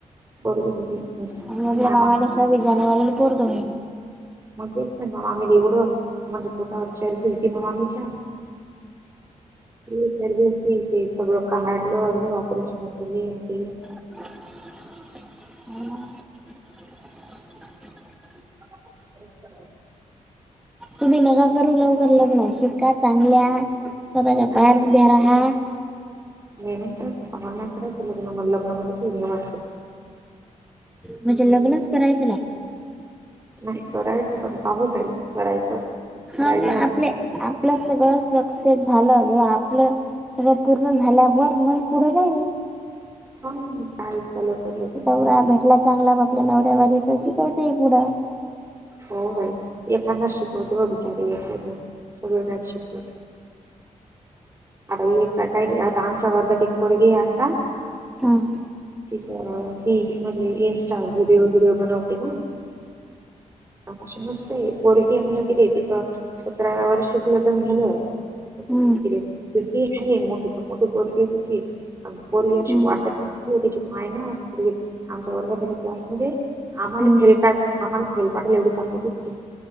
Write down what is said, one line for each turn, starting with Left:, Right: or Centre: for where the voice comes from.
Right: पोरगी झाली मग
Centre: आणि आपल्या
Right: मामा
Centre: मामाने सव्वीस जानेवारीला पोरगं व्हायलं.
Right: मग तेच म मामी एवढं म्हणजे पोटावरच घे होती म मामीच्या <unintelligible> ते तर ते सगळं क हाय <unintelligible> <unintelligible>
Centre: ह <inaudible>
Right: <inaudible>
Centre: तुम्ही नका करू लवकर लग्न, शिका चांगल्या स्वतःच्या
Right: नाही
Centre: पायावर उभ्या रहा.
Right: <unintelligible>
Centre: म्हणजे लग्नच करायचं नाय.
Right: नाय करायचं पण पाहू काय य करायचं. करायचं
Centre: हा ना आपले आप आपलं सगळं सक्सेस झालं, जर आपलं सगळ पूर्ण झाल्यावर मग पुढं बघु.
Right: <unintelligible> का <unintelligible>
Centre: नवरा भेटला चांगला मापल्या नवऱ्या वानी त शिकवते पुढं.
Right: हो बाई, एखांदाच शिकवतो व बिचारे, सगळे नाईत शिकवत. हे तर काही नाही, आता आमच्या वर्गात एक पोरगीए आता
Centre: हम्म.
Right: तिचं अ ती मंजे इन्स्टावर वीडिओ गीडिओ बनवते ना. तशी मस्तय, पोरगीए मनलं तिले तिचं सत्राव्या वर्षीच लगन झालं.
Centre: हम्म.
Right: यव्डूशी ए नाती मोठीच्या मोठी पोरगीए तिची, अन पोरगी अशी
Centre: हम्म
Right: वाटत नाईए तिची पाय न, मंजे आमच्या वर्गात ए न क्लासमद्ये, आमाले
Centre: हम्म
Right: फेल काड आमाल फेल पाडलं एवढी चांगली दिसते.